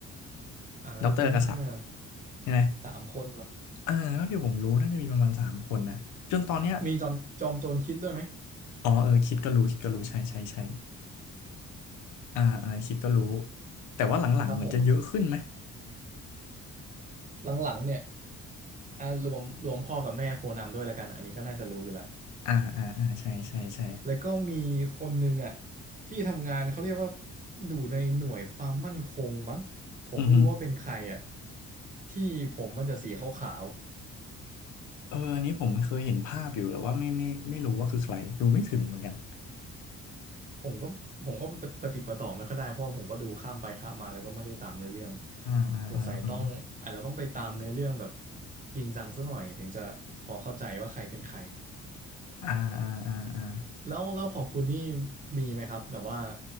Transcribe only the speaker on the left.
ด็อกเตอร์กษัตริย์ใช่ไหม
เออเท่าที่ผมรู้น่าจะมีประมาณสามคนนะจนตอนเนี้ย
อ๋อเออคิดก็รู้คิดก็รู้ใช่ใช่ใช่ อ่าอ่าคิดก็รู้แต่ว่าหลังๆเหมือนจะเยอะขึ้นไหม
อ่าอ่าอ่าใช่ใช่ใช่
อือฮึ
เอออันนี้ผมเคยเห็นภาพอยู่แต่ว่าไม่ไม่ไม่รู้ว่าคือใครดูไม่ถึงเหมือนกัน
อ่าอ่าอ่าอ่า
อ่าอ่าอ่าอ่า